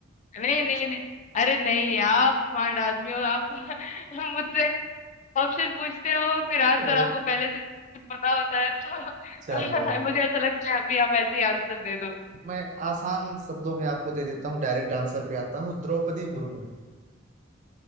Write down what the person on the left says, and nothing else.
नहीं नहीं नहीं अरे नहीं आप स्मार्ट आदमी हो आप <laughs> मुझसे ऑप्शन पूछते हो फिर आंसर
आपको पहले से पता होता है तो
<laughs> मुझे ऐसा लगता है अभी आप ऐसे ही आंसर दे दो